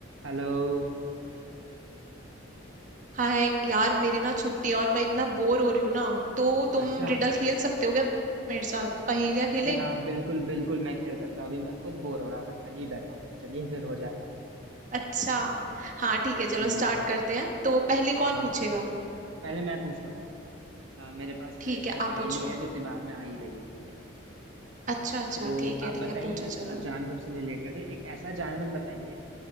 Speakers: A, on the right; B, on the right.
A: Hello
B: हाय यार मेरी ना छुट्टी है और मैं इतना बोर हो रही हूँ ना तो तुम
A: अच्छा
B: रिडल खेल सकते हो क्या मेरे साथ पहेलियां खेलें
A: अरे हाँ बिल्कुल बिल्कुल मैं खेल सकता हूँ अभी मैं खुद बोर हो रहा था खाली ही बैठा हुआ है चलिए फिर हो जाए
B: अच्छा हाँ ठीक है चलो
A: जी
B: स्टार्ट करते हैं तो पहले
A: हाँ
B: कौन
A: हाँ
B: पूछेगा
A: पहले मैं पूछता हूँ अ, मेरे पास
B: ठीक
A: एक
B: है
A: पहेली
B: आप पूछो
A: है जो दिमाग में आ ही रही है ठीक है
B: अच्छा अच्छा
A: तो
B: ठीक
A: आप
B: है
A: बताइए
B: ठीक है पूछो
A: अ,
B: चलो
A: जानवर से रिलेटेड है एक ऐसा जानवर बताइए